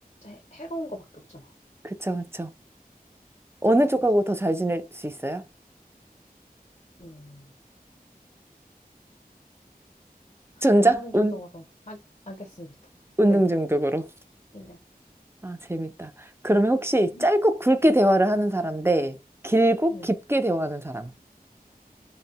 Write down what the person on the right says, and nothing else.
그쵸, 그쵸. 어느
쪽하고 더 잘 지낼 수 있어요?
전자?
운?
운동
중독으로.
아, 재밌다. 그러면 혹시
짧고 굵게 대화를 하는 사람 대 길고
깊게 대화하는 사람?